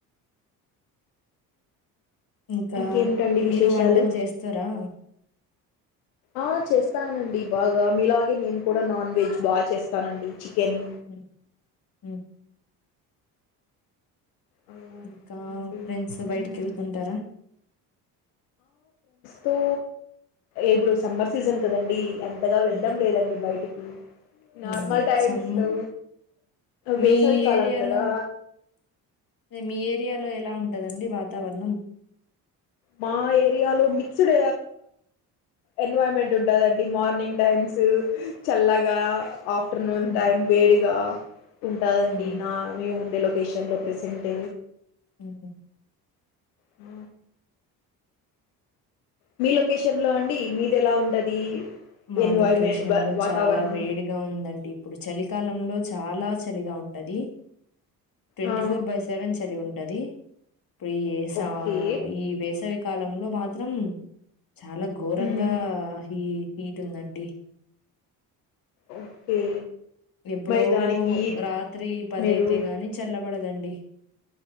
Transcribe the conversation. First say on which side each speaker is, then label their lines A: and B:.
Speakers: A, on the left; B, on the left.
A: ఇంకా
B: ఇంకేమిటండి విశేషాలు
A: మీరు వంటలు చేస్తారా?
B: ఆ చేస్త స్తానండి బాగా మీలాగే నేను కూడా నాన్ వెజ్ బాగా చేస్తానండి చికెన్
A: హ్మ్. హ్మ్.
B: ఆ అవునండి.
A: ఇంకా ఫ్రెండ్స్తో బయటికి
B: మ్మ్.
A: వెళ్తుంటారా
B: తో ఇప్పుడు సమ్మర్ సీజన్ కదండి అంతగా వెళ్ళడం
A: హ్మ్.
B: లేదండి బయటికి
A: హ్మ్.
B: నార్మల్ టైమ్స్
A: సమ్
B: లో
A: మీ
B: వేసవి కాలం
A: ఏరియాలో
B: కదా
A: మీ ఏరియాలో ఎలా ఉంటందండి వాతావరణం
B: మా ఏరియాలో మిక్స్డ్ ఎన్వామెంట్ ఉంటదండి మార్నింగ్ టైమ్స్ చల్లగా ఆఫ్ ఆఫ్టర్నూన్
A: హ్మ్.
B: టైం వేడిగా ఉంటాదండి
A: హ్మ్.
B: నా మేము ఉండే లొకేషన్లో ప్రసెంట్
A: ఆహా
B: ఆ మీ లొకేషన్ లో అండి మీది ఎలా ఉంటది
A: మా
B: ఎన్వైర్మెంట్
A: లొకేషన్ లో
B: వాతావరణం
A: చాలా వేడిగా ఉందండి ఇప్పుడు చలికాలంలో చాలా చలిగా ఉంటది ట్వంటీ
B: ఆ
A: ఫోర్ బై సెవెన్ చలి ఉం ఉంటది ఇప్పుడు ఈస
B: ఓకే
A: ఈ వేసవి కాలంలో మాత్రం చాలా ఘోరంగా
B: మ్మ్
A: హ హీట్ ఉందండి
B: ఓకే
A: ఎప్పుడో
B: మరి దానికి
A: రాత్రి పదయితే
B: మీరు
A: గాని చల్లబడదండి